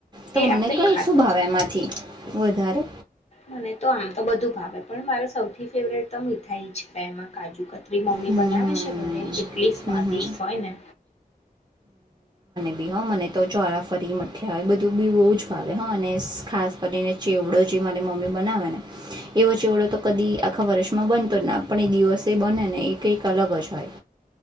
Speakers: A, on the right (about 30°); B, on the left (about 45°).
A: તમને
B: આપણે
A: કઈ
B: ખાતા
A: શું ભાવે
B: છે
A: એમાંથી વધારે
B: મને તો આમ તો બધું ભાવે પણ મારો સૌથી ફેવરેટ તો મીઠાઈ છે એમાં કાજુકત મારી મમ્મી
A: હમ
B: બનાવે છે ઘરે એટલી સ્વાદિષ્ટ
A: હમ હમ.
B: હોય ને
A: હ મને તો ચોરાફળી મઠિયા બધું બી બહુ જ ભાવે હ અને ખાસ કરીને ચેવડો જે મારી મમ્મી બનાવે ને એવો ચેવડો તો કદી આખા વર્ષમાં બનતો જ ના પણ એ દિવસે બને ને એક કંઈક અલગ જ હોય